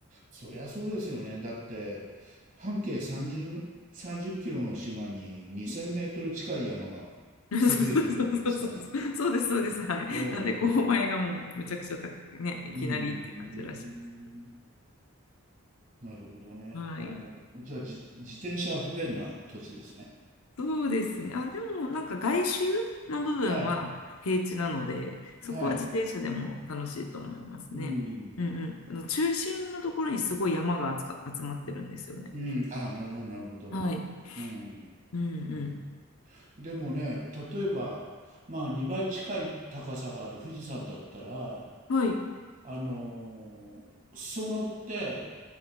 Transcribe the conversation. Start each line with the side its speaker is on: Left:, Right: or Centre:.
Right: そりゃそうですよね。だって、半径30、30キロの島に2000メートル近い山がそびえてるわけですから。
Left: <laughs> そうそうそうそうそう。そうです、そうです。はい。
Right: ええ、
Left: なんで、勾配がもうめちゃくちゃ高くね、いきなりって感じらしいです。
Right: うん、なるほどね。
Left: <laughs> はい。
Right: あの、じゃあ、じ、自転車は不便な土地ですね。
Left: そうですね。あ、でも、なんか外周の部分は平地なので、
Right: はい、
Left: そこは自転車でも楽しいと思いますね。
Right: はい。うん、
Left: うんうん。あの中心のところにすごい山が集か集まってるんですよね。
Right: うん、あ、なるほど、なるほど。
Left: はい。
Right: うん、
Left: うんう
Right: うん。でもね、例えば、まあ2倍近い高さがある富士山だったら、
Left: ん。はい。
Right: あのー、裾野って、